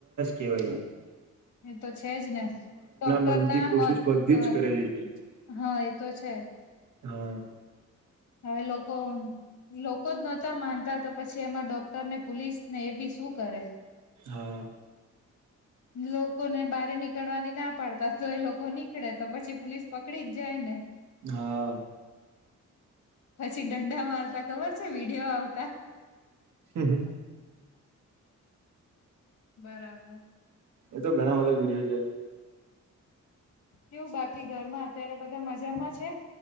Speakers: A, on the right (about 75°); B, on the left (about 70°).
A: કેવાય
B: એ તો છે જ ને ડોક્ટર
A: મનથી
B: ના
A: કોશિશ
B: હોત
A: બધી
B: તો
A: જ કરેલી છે.
B: હા તો છે
A: હા.
B: હવે લોકો લોકો જ નહોતા માનતા તો પછી એમાં ડોક્ટર ને પોલીસને એ બી શું કરે.
A: હા.
B: લોકોને બારે નીકળવાની ના પાડતા તો એ લોકો નીકળે તો પછી પોલીસ પકડી જ જાય ને.
A: હા.
B: પછી દંડા માર તા ખબર છે વિડીયો આવતા.
A: એ
B: બરાબર.
A: એ તો ઘણા બધા વિડીયો જોયા.
B: કેવુ બાકી ઘરમા અત્યારે બધા મજામા જ છે?